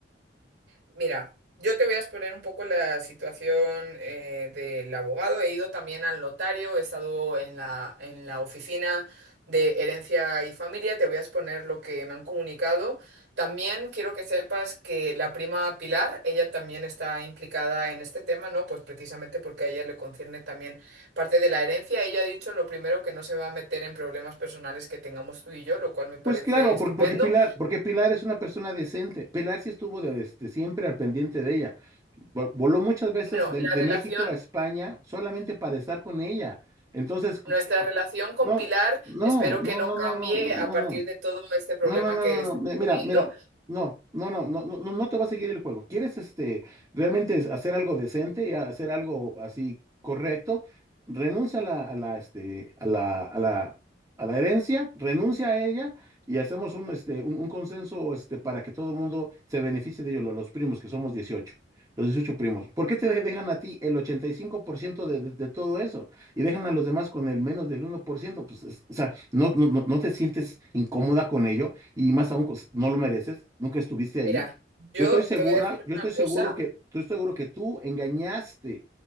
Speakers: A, on the right (about 70°); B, on the right (about 20°).
A: Mira, yo te voy a exponer un poco la situación eh, del abogado. He ido también al notario, he estado en la, en la oficina de herencia y familia. Te voy a exponer lo que me han comunicado. También quiero que sepas que la prima Pilar, ella también está implicada en este tema, ¿no? Pues precisamente porque a ella le concierne también parte de la herencia. Ella ha dicho lo primero que no se va a meter en problemas personales que tengamos tú y yo, lo cual me parece
B: Pues claro,
A: estupendo.
B: porque, porque Pilar, porque Pilar es una persona decente. Pilar sí estuvo desde siempre al pendiente de ella. Vo- Voló muchas veces
A: Bueno,
B: de,
A: la
B: de
A: relación...
B: México a España solamente para estar con ella. Entonces,
A: Nuestra relación con
B: No,
A: Pilar
B: no,
A: espero
B: no,
A: que no
B: no,
A: cambie
B: no, no, no,
A: a
B: no,
A: partir
B: no.
A: de todo este problema
B: No, no, no,
A: que
B: no,
A: estamos
B: no. mi- Mira,
A: teniendo.
B: mira, no, no, no, no, no, no no te va a seguir el juego. ¿Quieres este realmente es- hacer algo decente y hacer algo así correcto? Renuncia a la, a la, este, a la, a la, a la herencia, renuncia a ella y hacemos un, este, un, un consenso este, para que todo el mundo se beneficie de ello, lo- los, primos, que somos 18, los 18 primos. ¿Por qué te de- dejan a ti el 85% de, de, de todo eso y dejan a los demás con el menos del uno por ciento? Pues, es- o sea, no, no, no no te sientes incómoda con ello y más aún pues, no lo mereces, nunca estuviste ahí.
A: Mira, yo
B: Yo estoy segura,
A: te voy a decir
B: yo
A: una
B: estoy
A: cosa,
B: seguro que, estoy seguro que tú engañaste